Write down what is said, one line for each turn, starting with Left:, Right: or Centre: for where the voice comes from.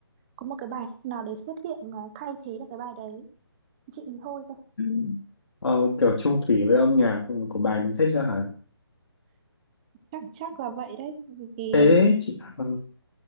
Right: có một cái bài nào đấy xuất hiện mà thay thế được cái bài đấy chị mình thôi cơ
Left: Ừ. ờ, kiểu chung thủy với âm nhạc của bài mình thích đó hả
Right: chắc chắc là vậy đấy vì vì
Left: thế chị ừ,